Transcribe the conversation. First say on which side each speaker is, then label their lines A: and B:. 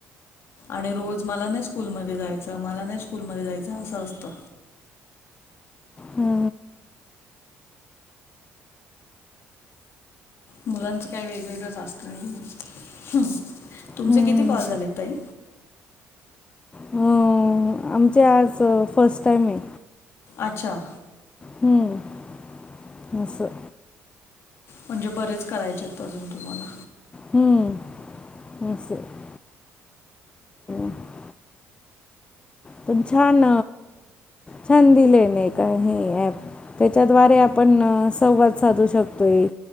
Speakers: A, on the left; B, on the left.
A: आणि रोज मला नाही स्कूलमध्ये जायचं मला नाही स्कूलमध्ये जायचं असं असतं.
B: हा.
A: मुलांचं काही वेगवेगळंच असतं, नाही. तुमचे
B: हां
A: किती कॉल झालेत ताई?
B: अह आमचे आज फस्ट टाइम आहे.
A: आच्छा.
B: हम्म अस.
A: म्हणजे बरेच करायचे आहेत अजून तुम्हाला.
B: हम्म अस आहे, <unintelligible> तुम छान छान दिले नाय का ही ऍप त्याच्याद्वारे आपण संवाद साधू शकतोय.